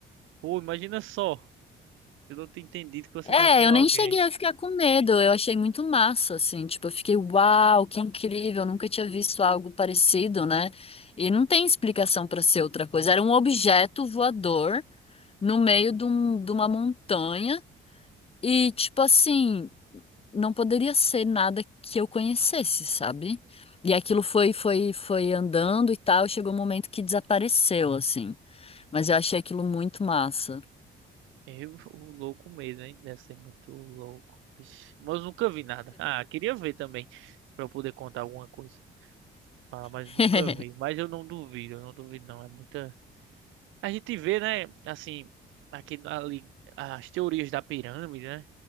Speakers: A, on the right; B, on the left.
A: Pô, imagina só. Eu não tinha entendido que você
B: É,
A: tava com
B: eu
A: alguém.
B: nem cheguei a ficar com medo, eu achei muito massa, assim, tipo, eu fiquei, uau, que incrível, eu nunca tinha visto algo parecido, né? E não tem explicação pra ser outra coisa, era um objeto voador no meio de, um- de uma montanha e, tipo assim, não poderia ser nada que eu conhecesse, sabe? E aquilo foi, foi, foi andando e tal, chegou um momento que desapareceu, assim, mas eu achei aquilo muito massa.
A: Eu, o louco mesmo, hein? Deve ser muito louco. Vixe. Mas eu nunca vi nada. Ah, queria ver também. Pra eu poder contar alguma coisa. fala mas
B: <laughs>
A: nunca vi. Mas eu não duvido, eu não duvido, não. É muita. A gente vê, né? Assim, aqui ali, as teorias da pirâmide, né?